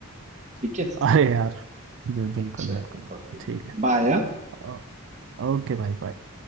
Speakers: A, on the right (about 30°); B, on the right (about 55°).
A: ठीक है
B: अरे यार जी, बिल्कुल
A: चलो
B: बिल्कुल
A: ओके
B: ठीक है
A: बाय
B: ओ- ओके भाई बाय